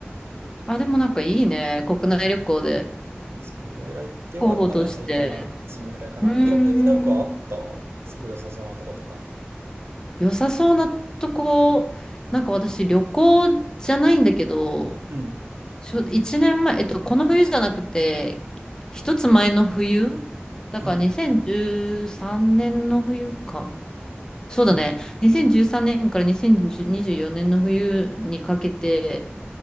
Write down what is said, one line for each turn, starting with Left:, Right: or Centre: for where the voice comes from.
Left: あ、でもなんかいいね。国内旅行で
Right: それが行ってよかったな、
Left: 候補として。
Right: 最近は。そのぐらいかな。
Left: うーん。
Right: え逆になんかあったすごい良さそうなとことか。
Left: 良さそうなとこ、なんか私旅行じゃないんだけど、
Right: うん。
Left: ちょ、年前、えっと、この冬じゃなくて、一つ前の冬だから2013年の冬か。
Right: うん。
Left: そうだね。
Right: うん。
Left: 2013年から2024年の冬にかけて、